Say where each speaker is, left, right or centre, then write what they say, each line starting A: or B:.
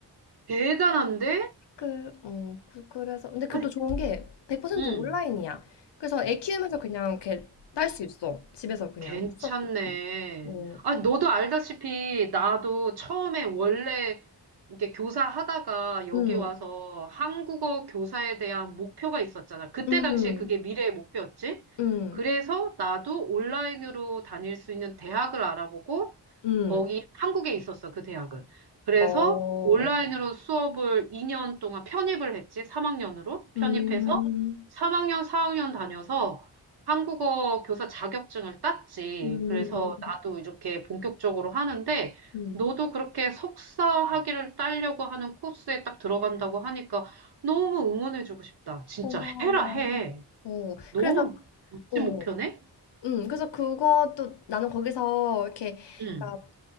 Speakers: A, on the right; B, on the left.
A: 대단한데?
B: 그, 음, 그- 그래서 근데 그게
A: 아니,
B: 또 좋은 게 100%
A: 응.
B: 온라인이야. 그래서 애 키우면서 그냥 이렇게 딸 수 있어. 집에서 그냥
A: 괜찮네.
B: 수업 듣고. 어,
A: 아, 너도 알다시피 나도 처음에 원래 이렇게 교사 하다가 여기
B: 음,
A: 와서 한국어 교사에 대한 목표가 있었잖아. 그때
B: 음,
A: 당시에 그게 미래의 목표였지.
B: 음,
A: 그래서 나도 온라인으로 다닐 수 있는 대학을 알아보고
B: 음,
A: 거기 한국에 있었어, 그 대학은. 그래서
B: 어, 어.
A: 온라인으로 수업을 2년 동안 편입을 했지. 3학년으로 편입해서
B: 음,
A: 3학년, 4학년 다녀서 한국어 교사 자격증을 땄지.
B: 음,
A: 그래서 나도 이렇게 본격적으로 하는데,
B: 음.
A: 너도 그렇게 석사 학위를 따려고 하는 코스에 딱 들어간다고 하니까 너무 응원해주고 싶다. 진짜
B: 고마워.
A: 해라, 해.
B: 어,
A: 너무
B: 그래서,
A: 멋진
B: 어,
A: 목표네?
B: 음, 그래서 그것도 나는 거기서 이렇게,
A: 응,
B: 그러니까